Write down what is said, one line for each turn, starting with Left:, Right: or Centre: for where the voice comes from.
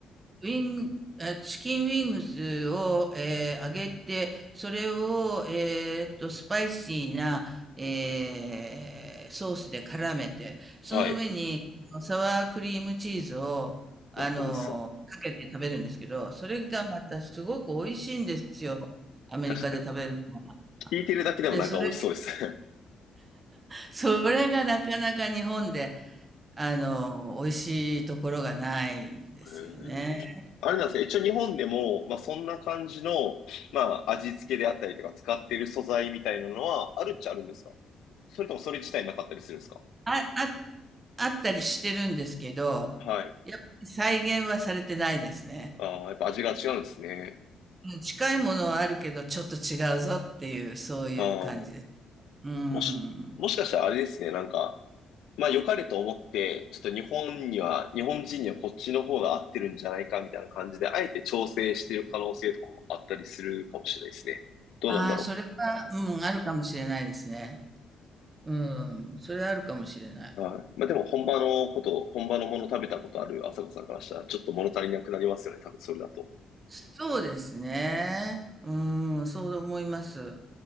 Right: ウィン、あチキンウィングスを、えー揚げて、それを、えーっと、スパイシーな、えーソースで絡めて、その上にサワークリームチーズを、
Left: はい。
Right: あのかけて食べるんですけど、
Left: なるほど、美味しそう。
Right: それがまたすごく美味しいんですよ。アメリカで食べるのは。
Left: 確かに。聞いてるだけでもなんか美味しそうですね。
Right: で、それ、それがなかなか日本で、あの、美味しいところがないんですよね。
Left: <laughs> えーあれなんですか、一応日本でも、まあ、そんな感じの、まあ、味付けであったりとか使ってる素材みたいなのはあるっちゃあるんですかそれともそれ自体なかったりするんですか
Right: あ、あ、あったりしてるんですけど、
Left: はい。
Right: やっぱり再現はされてないですね。
Left: ああ、やっぱ味が違うんですね。
Right: うん近いものはあるけど、ちょっと違うぞっていう、そういう感じです。
Left: ああ、
Right: うん。
Left: もし、もしかしたらあれですね、なんか、まあ良かれと思って、ちょっと日本には、日本人にはこっちの方が合ってるんじゃないかみたいな感じで、あえて調整してる可能性とかもあったりするかもしれないですね。どうなんだろう。
Right: ああ、それは、うん、あるかもしれないですね。うん、それあるかもしれない。
Left: はい。まあでも本場のこと、本場のもの食べたことある朝子さんからしたらちょっと物足りなくなりますよね。多分それだと。
Right: そうですね。うん、そう思います。